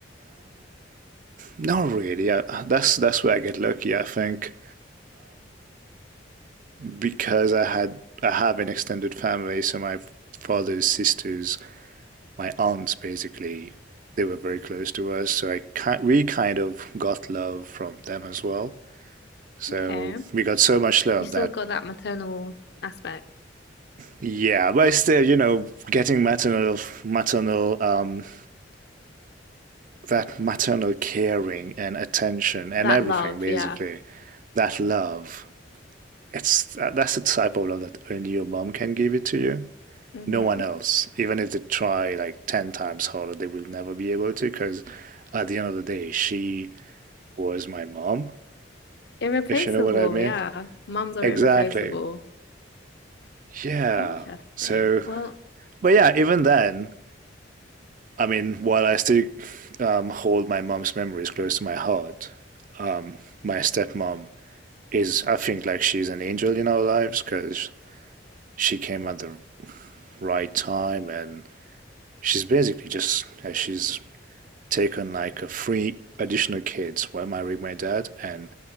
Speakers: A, on the right; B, on the left.
A: Not really. I, that's that's where I get lucky, I think, because I had I have an extended family, so my father's sisters, my aunts, basically, they were very close to us. So I ki we kind of got love from them as well. So
B: Okay.
A: we got so much love
B: You still
A: that
B: got that maternal aspect,
A: yeah, but still, you know, getting maternal maternal um, that maternal caring and attention and
B: that
A: everything,
B: love,
A: basically,
B: yeah.
A: that love. It's uh, that's the type of love that only your mom can give it to you.
B: hmm
A: No one else, even if they try like ten times harder, they will never be able to. Because at the end of the day, she was my mom,
B: Irreplaceable,
A: if you know what I mean.
B: yeah. Mums are
A: Exactly.
B: irreplaceable.
A: Yeah.
B: Interesting.
A: So,
B: Well,
A: but yeah, even then, I mean, while I still um, hold my mom's memories close to my heart, um, my stepmom is I think like she's an angel in our lives because she came at the right time and she's basically just uh, she's taken like a three additional kids while marrying my dad and